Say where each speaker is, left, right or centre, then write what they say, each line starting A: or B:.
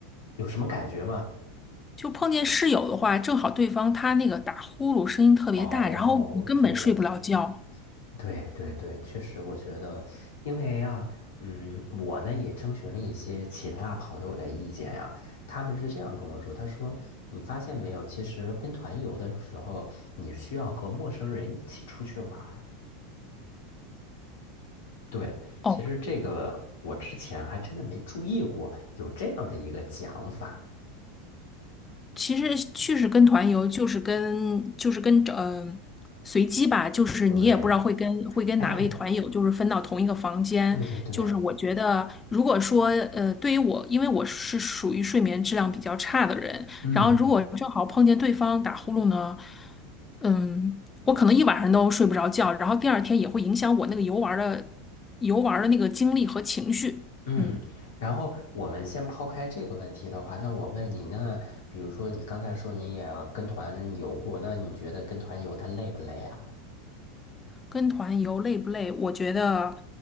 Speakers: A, on the left; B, on the left.
A: 有什么感觉吗？
B: 就碰见室友的话，正好对方他那个打呼噜声音特别大，
A: 哦，
B: 然后你根本睡不了觉。
A: 这个是，对对对，确实，我觉得，因为呀、嗯，我呢也征询了一些其他朋友的意见呀、他们是这样跟我说，他说你发现没有，其实跟团游的时候，你需要和陌生人一起出去玩儿。对，
B: 哦。
A: 其实这个我之前还真的没注意过有这样的一个讲法。
B: 其实去是跟团游，就是跟就是跟呃随机吧，就是你也不知道会跟会跟哪位团友，
A: 对，哎，
B: 就是分到同一个房间。
A: 对对对，
B: 就是我觉得，如果说呃，对于我，因为我是属于睡眠质量比较差的人，
A: 嗯
B: 然后如果正好碰见对方打呼噜呢，嗯，我可能一晚上都睡不着觉，然后第二天也会影响我那个游玩儿的游玩儿的那个精力和情绪。
A: 嗯。
B: 嗯。
A: 然后我们先抛开这个问题的话，那我问你，那比如说你刚才说你也跟团游过，那你觉得跟团游它累不累啊？
B: 跟团游累不累？我觉得，